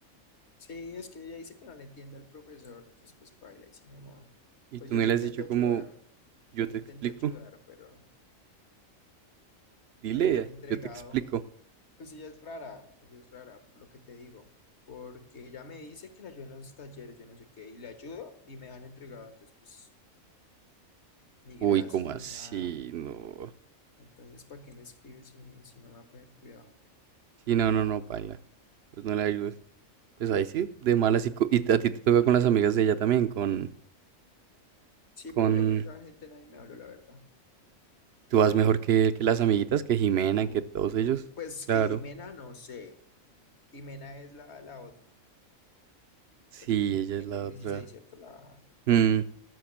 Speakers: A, on the left (about 55°); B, on the right (about 60°).
A: Sí, es que ella dice que no le entiende al profesor, entonces pues paila y sin ni modo.
B: Y
A: Pues
B: tú
A: yo
B: no
A: le
B: le
A: intento
B: has dicho
A: ayudar,
B: como, yo
A: yo le
B: te
A: intento
B: explico.
A: ayudar, pero
B: Dile,
A: me dejan entregado.
B: yo te explico.
A: Pues ella es rara, ella es rara, por lo que te digo, porque ella me dice que la ayuda en los talleres, yo no sé qué, y la ayudo y me dejan entregado, entonces pues ni gracias
B: Uy, ¿cómo así?
A: ni nada.
B: No.
A: Entonces, ¿para qué me escribes si, si no me va a poner cuidado?
B: Sí, no, no, no, paila. Pues no le ayudes. Pues ahí sí, de malas. Y, co- y a ti te toca con las amigas de ella también, con,
A: Sí,
B: con...
A: pero yo con esa gente nadie me habló, la verdad.
B: Tú vas mejor que, que las amiguitas, que Jimena,
A: Uy,
B: que todos ellos.
A: obvio. Pues
B: Claro.
A: que Jimena, no sé. Jimena es la, la otra
B: Sí,
A: que
B: ella
A: tiene
B: es la
A: como
B: otra.
A: dieciséis ¿cierto? La,
B: Mm,